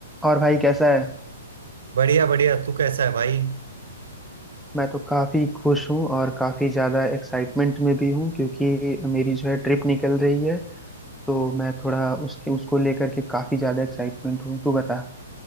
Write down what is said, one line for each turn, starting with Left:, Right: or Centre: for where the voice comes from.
Centre: और भाई कैसा है
Right: बढ़िया बढ़िया तू कैसा है भाई
Centre: मैं तो काफ़ी खुश हूँ और काफ़ी ज़्यादा एक्साइटमेंट में भी हूँ क्योंकि मेरी जो है ट्रिप निकल रही है तो मैं थोड़ा उसके उसको लेकर के काफ़ी ज़्यादा एक्साइटमेंट हूँ तू बता